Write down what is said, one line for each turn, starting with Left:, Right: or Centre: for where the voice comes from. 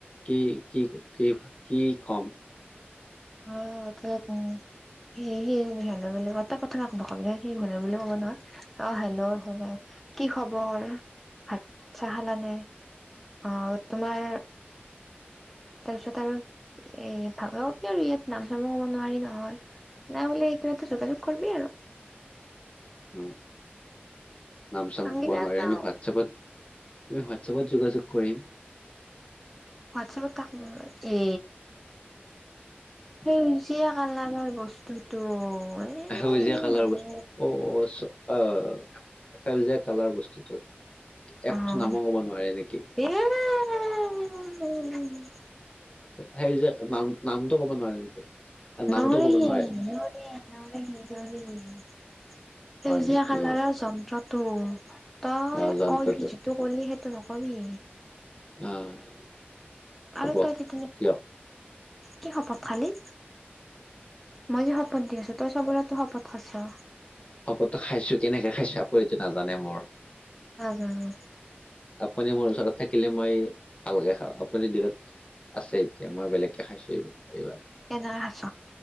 Left: কি কি কি কি কম
Centre: অ <unintelligible> সি সিহলে বুলি ক এটা কথা সি হলে বুলি ক'ব নহয় অ হেল্ল' হল কি খবৰ ভাত চাহ খালানে অ তোমাৰ তাৰপিছত আৰু এ ভালো কি আৰু ইয়াত নাম চামৰ কব নোৱাৰি নহয় নাই বোলে কিবা এটা যোগাযোগ কৰিবি আৰু
Left: উম কাম নাম চাম কব
Centre: কিবা
Left: নোৱাৰি
Centre: এটা
Left: আমি হোৱাটছএপত আমি হোৱাটছআপত যোগাযোগ কৰিম
Centre: হোৱাটছআপত কাক, এ সেউজীয়া কালাৰৰ বস্তুটো এ
Left: সেউজীয়া
Centre: ইও
Left: কালাৰ
Centre: মানে
Left: বস্ত, অ', অ', চব অ', সেউজীয়া কালাৰ বস্তুটো, এপটো
Centre: অ'
Left: নামো হ'ব নোৱাৰে নেকি?
Centre: <unintelligible>
Left: হেইৰি যে নাম-নামটো ক'ব নোৱাৰে নেকি? আ, নামটো
Centre: নোৱাৰি
Left: ক'ব
Centre: নোৱাৰে
Left: নেকি?
Centre: নোৱাৰে নোৱাৰে। সেউজীয়া
Left: হয় নেকি
Centre: কালাৰৰ যন্ত্ৰটো তই
Left: অ', যন্ত্ৰটো
Centre: <unintelligible> যিতো ক'লি সেইটো নকবি।
Left: অ'। হ'ব
Centre: আৰু তই <unintelligible>
Left: দিয়ক
Centre: কি হপত খাৱালি? মই যে শপত দি আছো তই চবলৈতো শপত খাইছা।
Left: শপতটো খাইছো কেনেকে খাইছো আকৌ এইটো নাজানে মোৰ।
Centre: নাজানো।
Left: আপুনি মোৰ ওচৰত থাকিলে মই ভালকে খাওঁ, আপুনি দূৰত আছে এতিয়া মই বেলেগকে খাইছো এইবাৰ এইবাৰ।
Centre: কেনেকে খাইছ